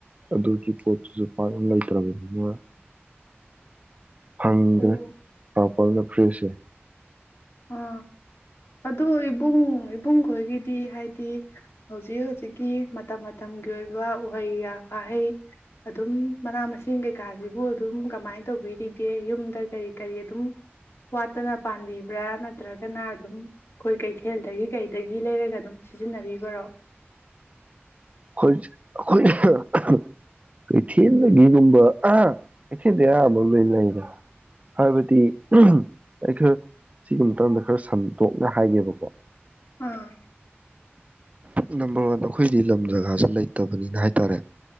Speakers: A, on the right; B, on the left.
A: ꯑꯗꯨ ꯄꯣꯠꯇꯨꯁꯨ ꯄꯛ ꯂꯩꯇꯔꯕꯅꯤꯅ ꯐꯪꯗ꯭ꯔꯦ
B: ꯑꯣ
A: ꯄꯥꯛ ꯄꯤꯛꯅ ꯐ꯭ꯔꯤꯁꯦ
B: ꯑꯥ ꯑꯗꯣ ꯏꯕꯨꯡ ꯏꯕꯨꯡ ꯈꯣꯏꯒꯤꯗꯤ ꯍꯥꯏꯗꯤ ꯍꯧꯖꯤꯛ ꯍꯧꯖꯤꯛꯀꯤ ꯃꯇꯝ ꯃꯇꯝꯒꯤ ꯑꯣꯏꯕ ꯎꯍꯩ ꯋꯥꯍꯩ ꯑꯗꯨꯝ ꯃꯅꯥ ꯃꯁꯤꯡ ꯀꯩꯀꯥꯁꯤꯕꯨ ꯑꯗꯨꯝ ꯀꯃꯥꯏꯅ ꯇꯧꯕꯤꯔꯤꯒꯦ ꯌꯨꯝꯗ ꯀꯔꯤ ꯀꯔꯤ ꯑꯗꯨꯝ ꯋꯥꯠꯇꯅ ꯄꯥꯟꯕꯤꯕ ꯕ꯭ꯔꯥ ꯅꯠꯇ꯭ꯔꯒꯅ ꯑꯗꯨꯝ ꯑꯩꯈꯣꯏ ꯀꯩꯊꯦꯜꯗꯒꯤ ꯀꯩꯗꯒꯤ ꯂꯩꯔꯒ ꯑꯗꯨꯝ ꯁꯤꯖꯤꯟꯅꯕꯤꯕꯔꯣ
A: ꯑꯈꫭꯏ ꯑꯩꯈꯣꯏ <inaudible> ꯀꯩꯊꯦꯟꯗꯒꯤꯒꯨꯝꯕ ꯀꯩꯊꯦꯜꯗ ꯑꯌꯥꯝꯕ ꯂꯣꯏ ꯂꯩꯗ ꯍꯥꯏꯕꯗꯤ ꯑꯩ ꯈꯔ ꯁꯤꯒꯤ ꯃꯇꯥꯡꯗ ꯈꯔ ꯁꯟꯗꯣꯛꯅ ꯍꯥꯏꯒꯦꯕꯀꯣ
B: ꯑꯥ
A: ꯅꯝꯕꯔ ꯋꯥꯟꯗ ꯑꯈꯣꯏꯗꯤ ꯂꯝ ꯖꯒꯥꯁꯨ ꯂꯩꯇꯕꯅꯤꯅ ꯍꯥꯏꯇꯥꯔꯦ